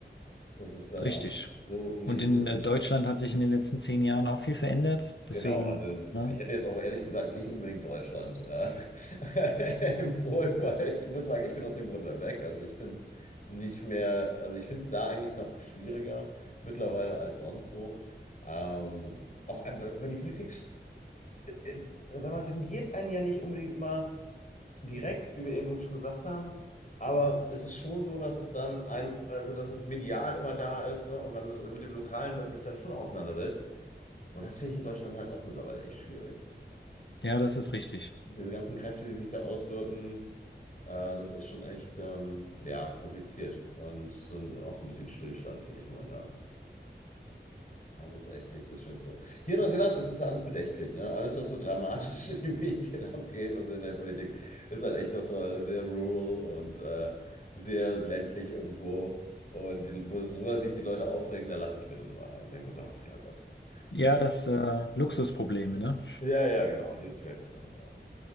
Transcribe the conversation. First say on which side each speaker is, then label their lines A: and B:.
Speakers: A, on the left (about 45°); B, on the left (about 75°).
A: Das ist dann
B: Richtig.
A: alles so nicht
B: Und
A: so
B: in
A: easy.
B: äh, Deutschland hat sich in den letzten zehn Jahren auch viel verändert.
A: Genau,
B: Deswegen,
A: also es-
B: ne?
A: ich hätte jetzt auch ehrlich gesagt nicht unbedingt Deutschland äh, <laughs> empfohlen, weil ich muss sagen, ich bin aus dem Grunde da weg. Also ich finde es nicht mehr, also ich finde es da eigentlich noch schwieriger mittlerweile als sonst wo. Ähm, auch einfach, weil die Politik, äh, äh, sag mal, tangiert einen ja nicht unbedingt immer direkt, wie wir eben schon gesagt haben. Aber es ist schon so, dass es dann einem, also dass es medial immer da ist, ne? Und man mit dem Lokalen dann sich dann schon auseinandersetzt. Und das finde ich in Deutschland halt auch mittlerweile echt schwierig.
B: Ja, das ist richtig.
A: Diese ganzen Kräfte, die sich da auswirken, äh, das ist schon echt, ähm, ja, kompliziert. Und so, ein- auch so ein bisschen Stillstand, finde ich momentan. Das ist echt nicht das Schönste. Hier in Neuseeland ist es alles bedächtlich, ne? Alles, was so dramatisch <laughs> in den Medien abgeht und in der Politik, ist halt echt doch so sehr rural und äh, sehr ländlich irgendwo. Und die, wo drüber sich die Leute aufregen, da lache ich mir dann immer ein und denke mir so, ach ja Gott.
B: Ja,
A: Hier,
B: das äh, Luxusprobleme, ne?
A: ja, ja, genau, hier ist die Welt echt noch in Ordnung.